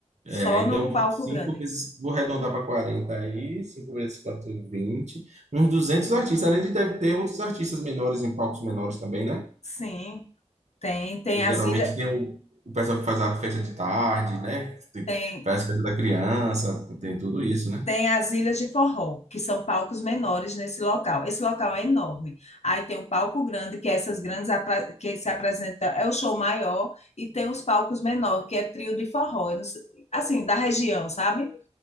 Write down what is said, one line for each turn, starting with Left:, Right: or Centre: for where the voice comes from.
Left: Só
Right: É, então,
Left: no palco
Right: cinco
Left: grande.
Right: vezes, vou arredondar para 40 aí, cinco vezes quatro, vinte uns 200 artistas, além de deve ter outros artistas menores em palcos menores também, né?
Left: Sim, tem, tem
Right: Que geralmente
Left: as ilhas,
Right: tem o, o pessoal que faz a festa de tarde, né? Tem-
Left: tem
Right: Faz a festa da criança, tem tudo isso, né?
Left: Tem as ilhas de forró, que são palcos menores nesse local. Esse local é enorme. Aí tem o palco grande, que é essas grandes apra- que se apresenta, é o show maior, e tem os palcos menores, que é trio de forró, Eu não sei- assim, da região, sabe?